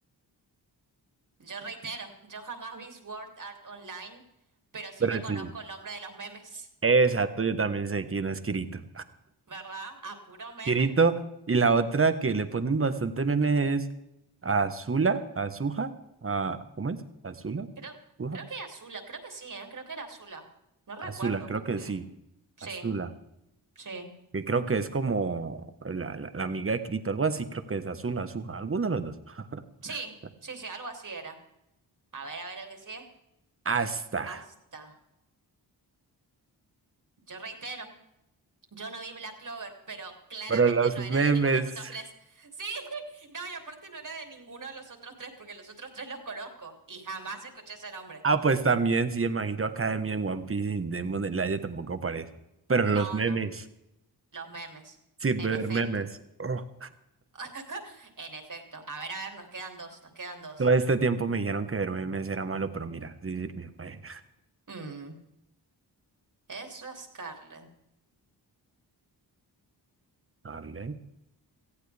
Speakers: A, on the right; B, on the right.
A: Yo reitero, yo jamás vi Sword Art Online, pero sí
B: Pero
A: me conozco
B: sí.
A: el nombre de los memes,
B: Exacto, yo también sé quién es Kirito.
A: ¿verdad? A puro meme.
B: Kirito. Y la otra que le ponen bastante memes es Azula, Azuja, a, ¿cómo es? Azula,
A: Creo,
B: Azuja,
A: creo que era Azula, creo que sí, ¿eh? Creo que era Azula. No recuerdo,
B: Azula, creo
A: porque...
B: que sí.
A: Sí,
B: Azula,
A: sí.
B: que creo que es como la, la, la amiga de Kirito, algo así, creo que es Azula, Azuja, alguno de los dos. <laughs>
A: Sí, sí, sí, algo así era. A ver, a ver el que sigue.
B: Hasta.
A: Hasta. Yo reitero. Yo no vi Black Clover, pero claramente
B: Pero los
A: no
B: memes.
A: era de ninguno de los otros tres. <laughs> Sí, no, y aparte no era de ninguno de los otros tres, porque los otros tres los conozco y jamás escuché ese nombre.
B: Ah, pues también, sí, imagino Academia en One Piece y en Demon Slayer tampoco aparece. Pero
A: No,
B: los memes.
A: no, los memes.
B: Sirve
A: En efecto,
B: ver memes. Oh.
A: <laughs> en efecto. A ver, a ver, nos quedan dos, nos quedan dos.
B: Todo este tiempo me dijeron que verme mes era malo, pero mira, sí sirvió. Eh,
A: Mm, Ezra Scarlett.
B: Darle.